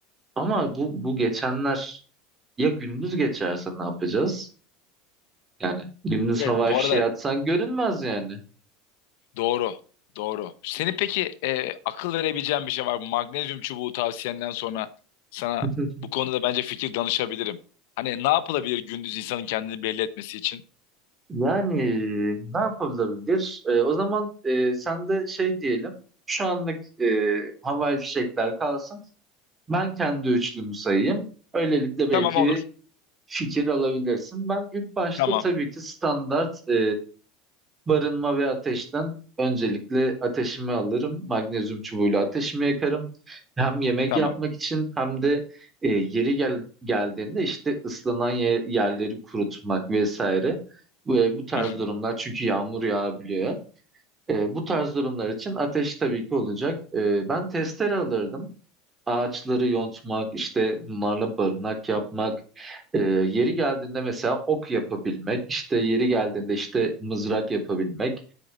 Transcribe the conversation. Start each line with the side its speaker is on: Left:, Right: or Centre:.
Right: Ama bu bu geçenler ya gündüz geçerse ne yapacağız? Yani gündüz
Left: Evet
Right: havai
Left: bu
Right: fişeği
Left: arada
Right: atsan görünmez yani.
Left: Doğru. Doğru. Senin peki e, akıl verebileceğin bir şey var mı? Magnezyum çubuğu tavsiyenden sonra sana
Right: <laughs>
Left: bu konuda bence fikir danışabilirim. Hani ne yapılabilir gündüz insanın kendini belli etmesi için?
Right: Yani ne yapılabilir? Ee, o zaman e, sen de şey diyelim. Şu anlık e, havai fişekler kalsın. Ben kendi üçlümü sayayım. Öylelikle belki
Left: Tamam olur.
Right: bir fikir alabilirsin. Ben ilk başta
Left: Tamam.
Right: tabii ki standart e, Barınma ve ateşten öncelikle ateşimi alırım. Magnezyum çubuğuyla ateşimi yakarım. Hem yemek
Left: Tamam.
Right: yapmak için hem de e, yeri gel geldiğinde işte ıslanan ye- yerleri kurutmak vesaire. Ve bu tarz
Left: Hı hı,
Right: durumlar çünkü yağmur yağabiliyor. E, bu tarz durumlar için ateş tabii ki olacak. E, ben testere alırdım. Ağaçları yontmak, işte bunlarla barınak yapmak, e, yeri geldiğinde mesela ok yapabilmek, işte yeri geldiğinde işte mızrak yapabilmek,